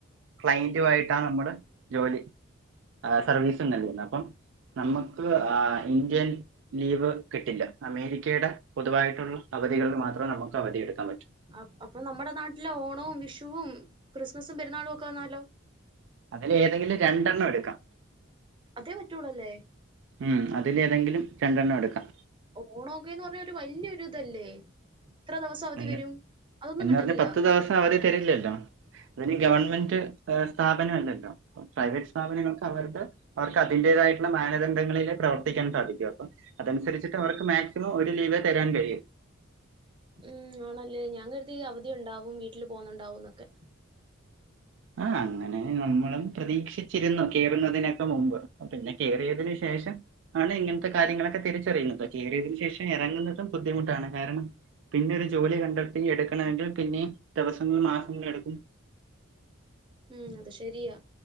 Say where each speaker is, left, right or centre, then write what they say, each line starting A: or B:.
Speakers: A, on the right (about 65°); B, on the right (about 25°).
A: ക്ലയന്റു ആയിട്ടാണ് നമ്മുടെ ജോലി സർവീസ് ഒന്നുല്ലന്ന് അപ്പം നമുക്ക് ഇന്ത്യൻ ലീവ് കിട്ടില്ല അമേരിക്കയുടെ പൊതുവായിട്ടുള്ള അവധികളിൽ മാത്രം നമക്ക് അവധിയെടുക്കാൻ പറ്റു
B: അ അപ്പൊ നമ്മുടെ നാട്ടിലെ ഓണവും വിഷുവും ക്രിസ്മസും പെരുന്നാളു ഒക്കെ വന്നാലോ
A: അതിൽ ഏതെങ്കിലും രണ്ടെണ്ണം എടുക്കാം
B: അതേ പറ്റുള്ളൂ അല്ലേ
A: ഉം അതിൽേഏതെങ്കിലും രണ്ടെണ്ണം എടുക്കാം
B: ഓണോക്കെന്ന് പറഞ്ഞ ഒരു വല്യൊരു ഇതല്ലേ ഇത്ര ദിവസം അവധി
A: എന്ന
B: വരും അതൊന്നും
A: എന്ന
B: കിട്ടത്തില്ല
A: പറഞ്ഞ് പത്ത് ദവസം അവര് തരില്ലല്ലോ അതിന് ഗവൺമെന്റ് സ്ഥാപനം അല്ലല്ലോ പ്രൈവറ്റ് സ്ഥാപനങ്ങൾക്ക് അവരടെ അവർക്ക് അതി ന്റെയാതായിട്ടുള്ള മാനദണ്ഡങ്ങളിലെ പ്രവർത്തിക്കാൻ സാധിക്കും അപ്പൊ അതനുസരിച്ചി് അവർക്ക് മാക്സിമം ഒരു ലീവ് തരാൻ കഴി കഴിയു
B: ഉം ആണല്ലേ ഞാൻകരുതി അവധിയണ്ടാകും വീട്ടിൽ പോകുന്നുണ്ടാവുംന്നൊക്കെ
A: ആ അങ്ങനെ നമ്മളും പ്രതീക്ഷിച്ചിരുന്നു കേയറുന്നതിനൊക്കെ മുമ്പ് പിന്നെ കേയറിയതിനു ശേഷം ശേഷം ആണ് ഇങ്ങനത്തെ കാര്യങ്ങളൊക്കെ തിരിച്ചറിയുന്നത് കയറിയതിനു ശേഷം ഇറങ്ങുന്നതും ബുദ്ധിമുട്ടാണ് കാരണം പിന്നെ ഒരു ജോലി കണ്ടെത്തി എടുക്കണമെങ്കിൽ പിന്നെ ദിവസങ്ങളും മാസങ്ങൾ എടുക്കും
B: ഉം അത് ശരിയാ